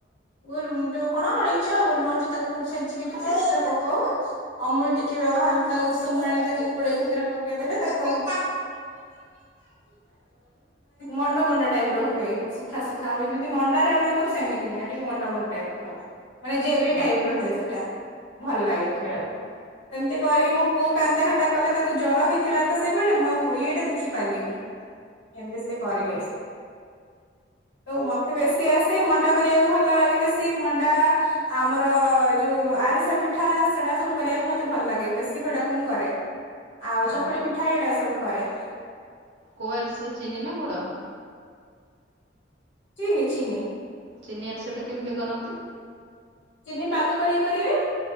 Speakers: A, on the left; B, on the right.
A: ଗୋଲ ଯୋଉ କଣ ଅଳେଇଚ ଗୋଲମରିଚ ତାକୁ ଛେଚିକି ଟିକେ ସେଥିରେ ପକଉ ଅମୁଲ ଟିକେ ହାଲ୍ କା ଉଷୁମ ପାଣିରେ ତାକୁ ଗୋଳେଇ ଭିତରେ ପକେଇଦଲେ ତାକୁ <inaudible> ମଣ୍ଡ ମଣ୍ଡ ଟାଇପ୍ ର ହୁଏ ସୁଖା ସୁୁଖା ହୁଏ କିନ୍ତୁ ମଣ୍ଡାରେ ଆମେ କରୁ ସେମିତି ନି ଟିକେ ମଣ୍ଡ ମଣ୍ଡ ଟାଇପ୍‌ରେ ହୁଏ। ମାନେ ଜେଲି
B: ହଁ ହଁ
A: ଟାଇପ୍ ର ହୁଏ ସେଟା। ଭଲ ଲାଗେ। ଖାଇବାକୁ ସେମତି ମୋ ପୁଅ କାନ୍ଦା କଟା କଲେ ତାକୁ ଜର ହେଇଥିଲା ତ ସେଇବେଳେ ମୁଁ ଆଉ ପୁଇ ଏଇଟା ଦେଖି ପାରିଲିନି ଏମତି ସେ କରିଲେ ହଉ ମତେ ବେଶୀ ଆସେ ମଣ୍ଡା କରିବାକୁ ଭଲ ଲାଗେ ବେଶି ମଣ୍ଡା ଆମର ଯୋଉ ଆରିସା ପିଠା ସେଟା ସବୁ କରିବାକୁ ମତେ ଭଲ ଲାଗେ। ବେଶୀ ଫଟାକୁ ମୁଁ କରେ। ଆଉ ଚକୁଳି
B: ଆ
A: ପିଠା ଏଗୁଟା ସବୁ। କରେ।
B: କୁଆରସ ଚିନି ନା ଗୁଡ଼?
A: ଚିିନି ଚିନି।
B: ଚିନି ଆରିସା ଟା କେମିତି କରନ୍ତି?
A: ଚିନି ପାଗ କରି କରିବେ।